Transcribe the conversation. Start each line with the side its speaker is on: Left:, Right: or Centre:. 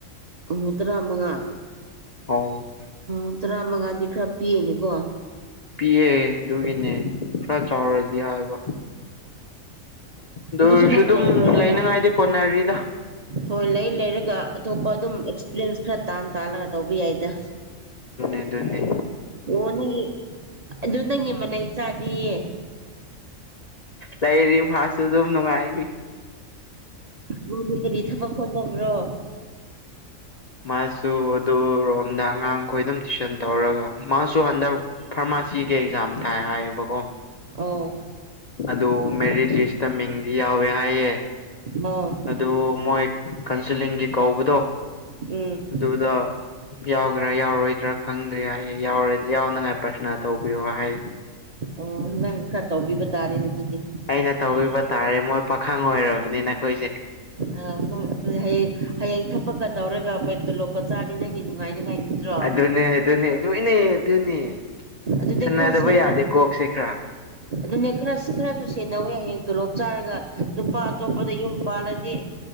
Right: ꯎꯝ ꯇꯔꯥ ꯃꯉꯥ
Left: ꯑꯣ
Right: ꯎ ꯇꯔꯥꯃꯉꯥꯗꯤ ꯈꯔ ꯄꯤꯑꯦꯅꯦꯀꯣ
Left: ꯄꯤꯛꯑꯦ ꯑꯗꯨꯒꯤꯅꯦ ꯈꯔ ꯆꯥꯎꯔꯗꯤ ꯍꯥꯏꯕ ꯗꯔꯁꯨ
Right: ꯑꯗꯨꯁꯨ ꯅꯪ
Left: ꯑꯗꯨꯝ
Right: ꯂꯩ ꯂꯩꯔꯒ
Left: ꯂꯩꯅꯉꯥꯏꯗꯤ ꯀꯣꯟꯅꯔꯤꯗ
Right: ꯍꯣꯏ ꯂꯩ ꯂꯩꯔꯒ ꯑꯇꯣꯞꯄ ꯑꯗꯨꯝ ꯑꯦꯛꯁꯄꯤꯔꯟꯁ ꯈꯔ ꯇꯥꯟ ꯇꯥꯜꯂꯒ ꯇꯧꯕ ꯌꯥꯏꯗ
Left: ꯑꯗꯨꯅꯤ ꯑꯗꯨꯅꯤ
Right: ꯑꯣ ꯅꯪꯒꯤ ꯑꯗꯨ ꯅꯪꯒꯤ ꯃꯅꯥꯩ ꯆꯥꯗꯌꯦ
Left: ꯂꯩꯔꯤ ꯃꯥꯁꯨ ꯑꯗꯨꯝ ꯅꯨꯡꯉꯥꯏꯔꯤ
Right: ꯃꯥꯗꯤ ꯀꯔꯤ ꯊꯕꯛ ꯍꯣꯠꯅꯕ꯭ꯔꯣ
Left: ꯃꯥꯁꯨ ꯑꯗꯣꯔꯣꯝꯗ ꯑꯉꯥꯡꯈꯣꯏ ꯑꯗꯨꯝ ꯇꯨꯏꯁꯟ ꯇꯧꯔꯒ ꯃꯥꯁꯨ ꯍꯟꯗꯛ ꯐꯥꯔꯃꯥꯁꯤꯒꯤ ꯑꯦꯛꯖꯥꯝ ꯊꯥꯏ ꯍꯥꯏꯌꯦꯕꯀꯣ
Right: ꯑꯥꯎ
Left: ꯑꯗꯣ ꯃꯦꯔꯤꯠ ꯂꯤꯁꯇ ꯃꯤꯡꯗꯤ ꯌꯥꯎꯋꯦ ꯍꯥꯏꯌꯦ
Right: ꯑꯣ
Left: ꯑꯗꯨ ꯃꯣꯏ ꯀꯥꯎꯟꯁꯤꯂꯤꯡꯒꯤ ꯀꯧꯕꯗꯣ
Right: ꯎꯝ
Left: ꯑꯗꯨꯗ ꯌꯥꯎꯒꯦꯔꯥ ꯌꯥꯎꯔꯣꯏꯗ꯭ꯔꯥ ꯈꯪꯗꯦ ꯍꯥꯏꯌꯦ ꯌꯥꯎꯔ ꯌꯥꯎꯅꯉꯥꯏ ꯄ꯭ꯔꯊꯅ ꯇꯧꯕꯤꯌꯣ ꯍꯥꯏ
Right: ꯑꯣ ꯅꯪꯅ ꯈꯔ ꯇꯧꯕꯤꯕ ꯇꯥꯔꯦꯅꯦ ꯑꯗꯨꯗꯤ
Left: ꯑꯩꯅ ꯇꯧꯕꯤꯕ ꯇꯥꯔꯦ ꯃꯣꯏ ꯄꯥꯈꯪ ꯑꯣꯏꯔꯕꯅꯤꯅ ꯈꯣꯏꯁꯦ
Right: ꯑ ꯅꯣꯏ ꯑꯗꯨꯗꯤ ꯍꯌꯦꯡ ꯍꯌꯦꯡ ꯊꯄꯛꯀ ꯇꯧꯔꯒ ꯄꯩ ꯇꯣꯂꯣꯞꯀ ꯆꯥꯔꯗꯤ ꯅꯪꯒꯤ ꯅꯨꯡꯉꯥꯏꯅꯤꯉꯥꯏ ꯅꯠꯇꯗ꯭ꯔꯣ
Left: ꯑꯗꯨꯅꯦ ꯑꯗꯨꯅꯦ ꯑꯗꯨꯒꯤꯅꯦ ꯑꯗꯨꯅꯦ
Right: ꯑꯗꯨꯗꯤ
Left: ꯁꯥꯅꯗꯕ
Right: ꯈꯔ ꯁꯦꯟ
Left: ꯌꯥꯗꯦ ꯀꯣꯛꯁꯦ ꯈꯔ
Right: ꯑꯗꯨꯅꯦ ꯈꯔ ꯈꯔꯁꯨ ꯁꯦꯟꯅꯧꯍꯦ ꯍꯌꯦꯡ ꯇꯣꯂꯣꯞ ꯆꯥꯔꯒ ꯅꯨꯄꯥ ꯑꯇꯣꯞꯄꯗ ꯌꯨꯝ ꯄꯥꯜꯂꯗꯤ